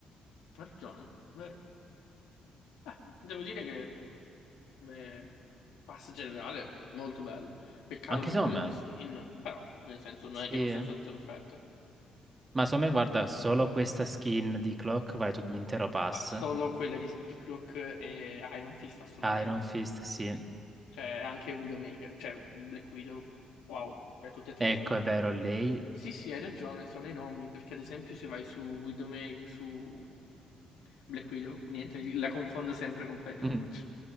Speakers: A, on the left; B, on the right.
A: ragione, vero. Eh, devo dire che come pass generale, molto bello. Peccato
B: Anche
A: per
B: Somme.
A: quelle due skin, però, nel senso, non
B: Sì.
A: è che possono essere tutte perfette.
B: Ma Somme, guarda, solo questa skin di Clock vale tutto l'intero pass.
A: Ma solo quelle di, di Cloak e Iron Fist, assolutamente.
B: Iron Fist, sì.
A: Cioè, anche Widowmaker, cioè Black Widow, wow. Cioè, tutte e tre
B: Ecco,
A: sono...
B: è vero, lei...
A: Sì, sì, hai ragione, sono i nomi, perché ad esempio se vai su Widowmaker, su Black Widow, niente, la confondo sempre con quella di Overwatch.
B: Mm.